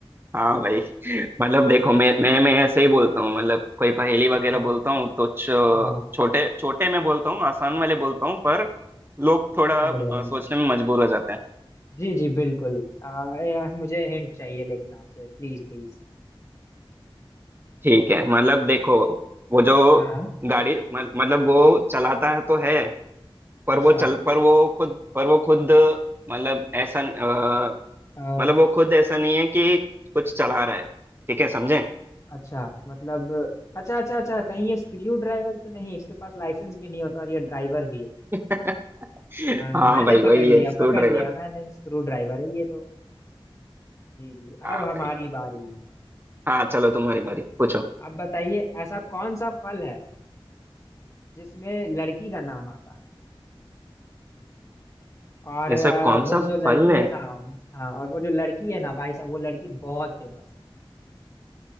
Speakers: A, on the right; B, on the left.
A: हाँ भाई <laughs> मतलब देखो मैं मैं मैं ऐसे ही बोलता हूँ मतलब कोई पहेली वगैरह
B: अच्छा
A: बोलता हूँ तो छो,
B: हाँ
A: छोटे छोटे में बोलता हूँ आसान वाले बोलता हूँ पर लोग थोड़ा
B: तगड़े
A: अ,
B: होने
A: सोचने
B: की
A: में मजबूर हो जाते हैं
B: जी जी बिल्कुल आ, यार मुझे हिंट चाहिए लेकिन आपसे प्लीज प्लीज
A: ठीक है मतलब देखो वो जो
B: हाँ हाँ
A: गाड़ी मत- मतलब वो चलाता है तो है पर
B: अच्छा
A: वो चल पर वो खुद पर वो खुद मतलब ऐसा अ,
B: आ,
A: मतलब वो खुद ऐसा नहीं है कि कुछ चला रहा है ठीक है समझे
B: अच्छा मतलब अच्छा अच्छा अच्छा कहीं ये स्क्रू ड्राइवर तो नहीं इसके पास लाइसेंस भी नहीं होता और ये ड्राइवर भी है
A: <laughs>
B: हाँ
A: हाँ
B: मैंने
A: भाई
B: पकड़
A: वही
B: लिया
A: है स्क्रू
B: पकड़
A: ड्राइवर
B: लिया मैंने स्क्रू ड्राइवर है ये तो जी जी
A: हाँ
B: अब हमारी
A: भाई
B: बारी
A: हाँ चलो तुम्हारी बारी पूछो
B: अब बताइए ऐसा कौन सा फल है जिसमें लड़की का नाम आता है और
A: ऐसा
B: आ,
A: कौन
B: वो
A: सा
B: जो लड़की
A: फल है
B: है ना हाँ और वो जो लड़की है ना भाई साहब वो लड़की बहुत फेमस